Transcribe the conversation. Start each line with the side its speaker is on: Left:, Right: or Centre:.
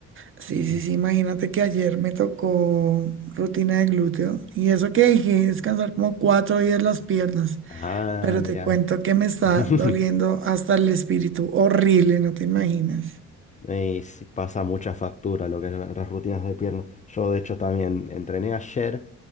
Right: Sí, sí,
Left: No.
Right: sí, imagínate que ayer me tocó rutina de glúteo y eso que dije, descansar como cuatro días las piernas,
Left: Ah,
Right: pero
Left: mira.
Right: te cuento que me está
Left: <laughs>
Right: doliendo hasta el espíritu, horrible, no te imaginas.
Left: Y sí, pasa mucha factura lo que es la- las rutinas de pierna. Yo, de hecho, también entrené ayer.